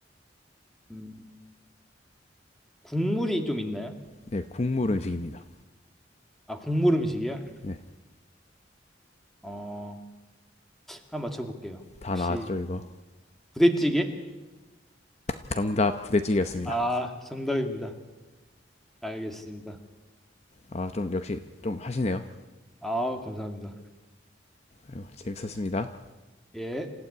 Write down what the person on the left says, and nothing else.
네, 국물 음식입니다.
네.
다
나왔죠 이거
정답 부대찌개였습니다
아 좀 역시 좀 하시네요
아이고, 재밌었습니다